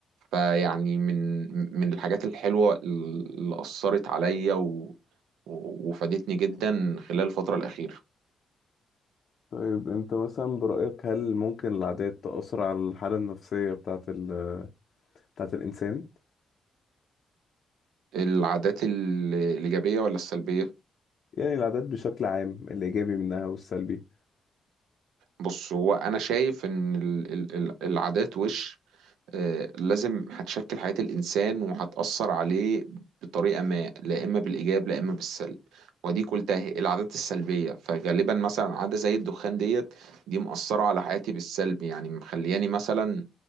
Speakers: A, on the right (about 85°); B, on the left (about 60°).
A: فيعني من من الحاجات الحلوة اللي أثرت عليا و وفادتني جدا خلال الفترة الأخيرة
B: طيب أنت مثلا برأيك هل ممكن العادات تأثر على الحالة النفسية بتاعة ال... بتاعة الإنسان؟
A: العادات ال- الإيجابية ولا السلبية
B: يعني العادات بشكل عام الإيجابي منها والسلبي
A: بص هو انا شايف ان ال- ال- ال- العادات وش آه، لازم هتشكل حياة الانسان وهتأثر عليه بطريقة ما لا اما بالايجاب لا اما بالسلب ودي قلتها هي العادات السلبية فغالبا مثلا عادة زي الدخان ديت دي مأثرة على حياتي بالسلب يعني مخلياني مثلا